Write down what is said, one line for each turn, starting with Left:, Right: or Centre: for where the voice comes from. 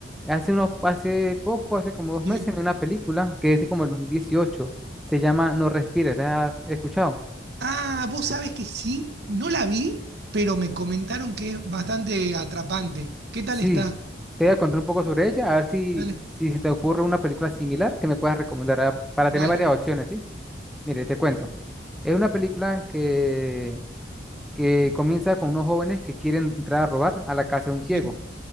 Centre: hace unos, hace poco, hace como dos
Right: Sí.
Centre: meses, vi una película que es de como el dos mil dieciocho Se llama No Respires, ¿la has escuchado?
Right: Ah, vos sabés que sí, no la vi, pero me comentaron que es bastante atrapante. ¿Qué tal
Centre: Sí.
Right: está?
Centre: Te voy a contar un poco sobre ella, a ver si,
Right: Dale,
Centre: si se te ocurre una película similar que me puedas recomendar ah, para
Right: dale.
Centre: tener varias opciones, ¿sí? Mire, te cuento. Es una película que, que comienza con unos jóvenes que quieren entrar a robar a la casa de un ciego.
Right: Sí,